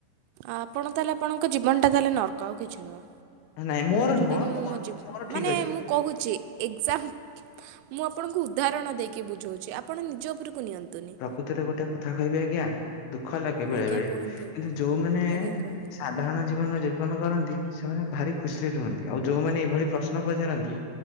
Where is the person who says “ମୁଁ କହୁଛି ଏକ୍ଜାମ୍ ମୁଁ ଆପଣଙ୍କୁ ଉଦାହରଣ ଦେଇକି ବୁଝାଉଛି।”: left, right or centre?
Right